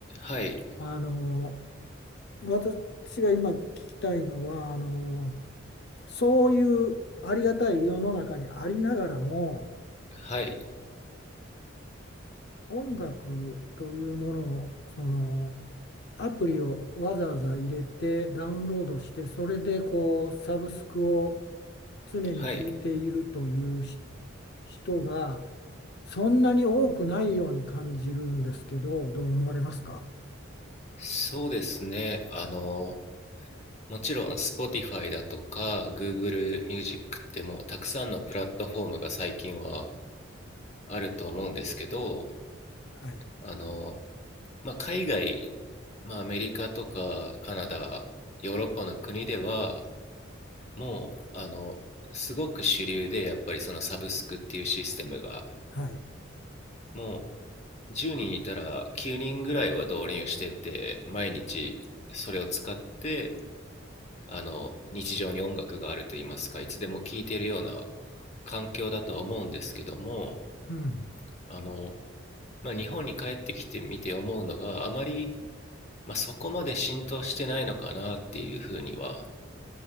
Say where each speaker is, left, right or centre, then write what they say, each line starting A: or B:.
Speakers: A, on the left (about 35°); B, on the left (about 55°).
A: はい、
B: あの私が今聞きたいのはあのそういうありがたい世の中にありながらも
A: はい、
B: 音楽というものをそのアプリをわざわざ入れてダウンロードしてそれでこうサブスクを常に聴いているというし
A: はい。
B: 人がそんなに多くないように感じるんですけどどう思われますか
A: そうですね。あの、もちろん Spotify だとか Google Music ってもうたくさんのプラットフォームが最近はあると思うんですけど、
B: はい
A: あの、まあ、海外、まあ、アメリカとかカナダ、ヨーロッパの国ではもう、あの、すごく主流でやっぱりそのサブスクっていうシステムが
B: はい
A: も10人いたら9人ぐらいは導入してって毎日それを使ってあの日常に音楽があると言いますかいつでも聴いているような環境だとは思うんですけども
B: うん
A: あの、まあ、日本に帰ってきてみて思うのがあまり、まあ、そこまで浸透してないのかなっていうふうには